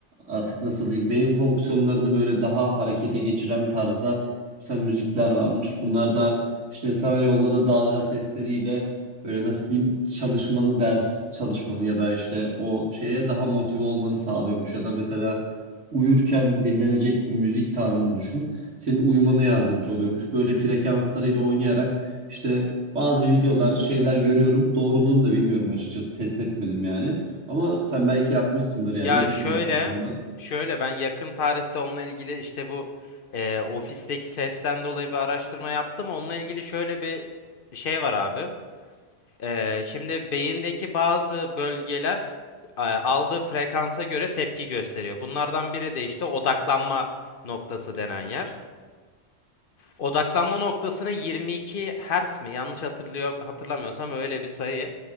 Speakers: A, on the right; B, on the left.
A: artık nasıl diyeyim beyin fonksiyonlarını böyle daha harekete geçiren tarzda mesela müzikler varmış. Bunlar da işte sana yolladığı dalga sesleriyle böyle nasıl diyeyim çalışmanı, ders çalışmanı ya da işte o şeye daha motive olmanı sağlıyormuş ya da mesela uyurken dinlenecek bir müzik tarzını düşün. Senin uyumana yardımcı oluyormuş. Böyle frekanslarıyla oynayarak işte bazı videolar, şeyler görüyorum. Doğruluğunu da bilmiyorum açıkçası. Test etmedim yani. Ama sen belki yapmışsındır
B: Ya
A: yani. Ne düşünüyorsun
B: şöyle,
A: bu konuda?
B: şöyle ben yakın tarihte onunla ilgili işte bu e, ofisteki sesten dolayı bir araştırma yaptım. Onunla ilgili şöyle bir şey var abi. Ee, şimdi beyindeki bazı bölgeler e, aldığı frekansa göre tepki gösteriyor. Bunlardan biri de işte odaklanma noktası denen yer. Odaklanma noktasına 22 Hz mi? Yanlış hatırlıyor hatırlamıyorsam öyle bir sayı.